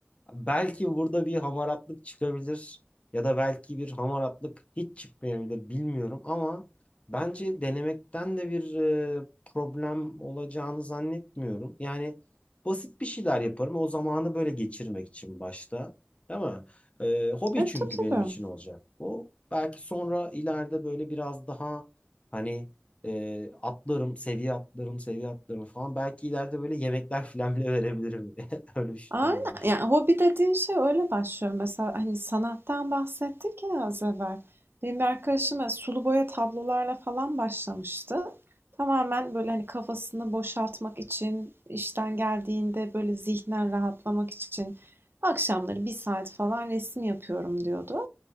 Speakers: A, on the left (about 30°); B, on the right (about 60°).
A: Belki burada bir hamaratlık çıkabilir ya da belki bir hamaratlık hiç çıkmayabilir bilmiyorum ama bence denemekten de bir e, problem olacağını zannetmiyorum. Yani basit bir şeyler yaparım o zamanı böyle geçirmek için başta değil mi? E, hobi
B: Evet
A: çünkü
B: tabii
A: benim
B: tabii.
A: için olacak bu. Belki sonra ileride böyle biraz daha hani e, atlarım, seviye atlarım, seviye atlarım falan. Belki ileride böyle yemekler falan bile verebilirim. <laughs> Öyle bir şey
B: Aynen.
A: de olabilir.
B: Yani hobi dediğin şey öyle başlıyor. Mesela hani sanattan bahsettik ya az evvel. Benim bir arkadaşım böyle sulu boya tablolarla falan başlamıştı. Tamamen böyle hani kafasını boşaltmak için, işten geldiğinde böyle zihnen rahatlamak için akşamları bir saat falan resim yapıyorum diyordu.